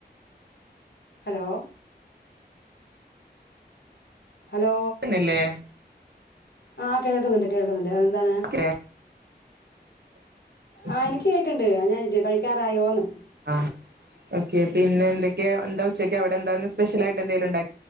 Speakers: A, on the left (about 70°); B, on the right (about 70°).
A: ഹലോ ഹലോ
B: ന്നില്ലേ
A: ആ കേൾക്കുന്നുണ്ട് കേൾക്കുന്നു എൻ്റ എന്താണ്
B: ഓക്കെ
A: ആഹ്
B: ശരി
A: എനിക്ക് കേക്കണ്ട് ആഹ് ഞാൻ ഇജ്ജ് കഴിക്കാറായോന്ന്
B: ആ ഓക്കെ പിന്നെന്തൊക്കെ എന്താ ഉച്ചക്കെ അവിടെ എന്താരുന്ന് സ്പെഷ്യൽ ആയിട്ട് എന്തെലും ഉണ്ട